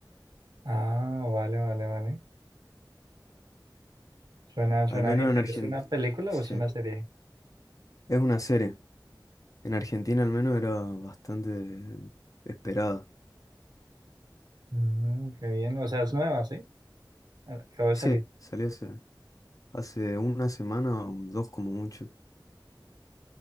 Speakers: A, on the right; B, on the left.
A: Ah, vale, vale, vale. Suena, suena
B: al menos
A: bien, pero
B: en Argentina.
A: ¿es una película
B: Sí,
A: o es una serie?
B: es una serie. En Argentina al menos era bastante esperada.
A: Mm, qué bien, o sea, es nueva, ¿sí? Acabo de
B: Sí,
A: salir.
B: salió hace, hace una semana o dos como mucho.